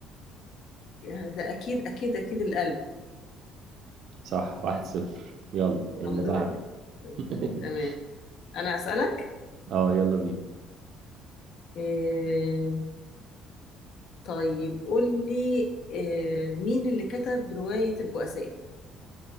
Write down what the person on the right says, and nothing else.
صح واحد صفر يلا اللي
بعده
<laughs>
اه يلا بينا